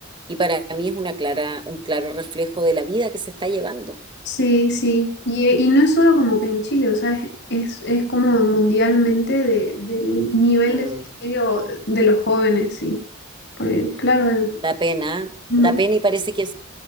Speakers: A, on the right; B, on the left.
A: y para mí es una clara, un claro reflejo de la vida que se está llevando.
B: Sí, sí. Y, y no es solo como que en Chile, o sea, es, es, es como mundialmente de- del nivel
A: Mm,
B: de suicidio de los jóvenes, sí. Porque, claro, eh,
A: da pena, ¿eh?
B: ujú.
A: da pena y parece que